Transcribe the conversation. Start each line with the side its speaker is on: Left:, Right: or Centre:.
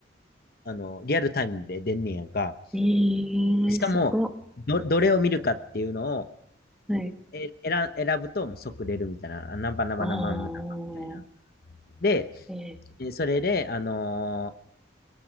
Left: あの、リアルタイムで出んねやんか。
Centre: ええすごっ。
Left: しかも、ど、どれを見るかっていうのを、
Centre: はい。
Left: え、選、選ぶともう即出るみたいな、あナンパナンパナンパナンパみたいな。
Centre: ああ。
Left: で、
Centre: ええ
Left: えそれで、あのー